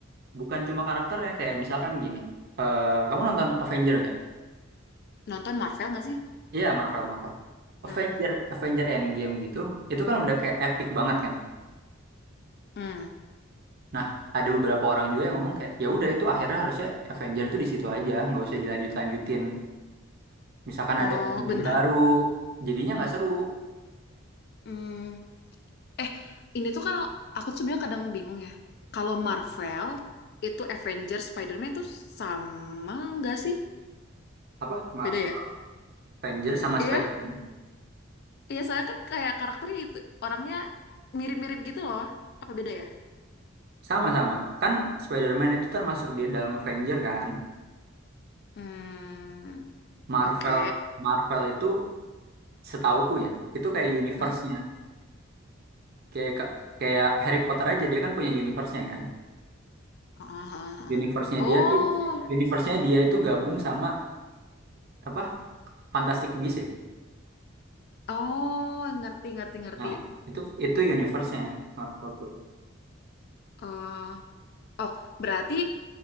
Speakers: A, on the right; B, on the left.
A: Bukan cuma karakter ya, kayak misalkan gini. eh kamu nonton Avenger nggak?
B: Nonton Marvel nggak sih?
A: Iya, Marvel, Marvel. Avenger,
B: Hmm.
A: Avenger Endgame gitu, itu kan udah kayak epic banget kan.
B: Hmm.
A: Nah, ada beberapa orang juga yang ngomong kayak, ya udah itu akhirnya harusnya Avenger itu di situ aja, nggak usah dilanjut-lanjutin. Misalkan
B: Oh,
A: ada Avenger
B: bentar.
A: baru, jadinya nggak seru.
B: Hmm. Eh, ini tuh kalau aku tuh sebenarnya kadang bingung ya. Kalau Marvel itu Avengers, Spider-Man itu sama nggak sih?
A: Apa? Marvel,
B: Beda ya?
A: Avenger sama
B: Iya,
A: Spider-Man.
B: iya saya kan kayak karakternya itu orangnya mirip-mirip gitu loh. Apa beda ya?
A: Sama-sama. Kan Spider-Man itu termasuk di dalam Avenger kan.
B: Hmm.
A: Marvel,
B: Oke.
A: Marvel itu setauku ya, itu kayak universe-nya.
B: Hmm.
A: kayak ka- kayak Harry Potter aja dia kan punya universe-nya kan
B: Ah, ah, ah,
A: universe-nya
B: ah. Oh,
A: dia tuh universe-nya dia itu gabung sama apa Fantastic Beasts ya
B: oh, ngerti, ngerti, ngerti.
A: nah itu itu universe-nya Marvel tuh
B: Oh. Oh, berarti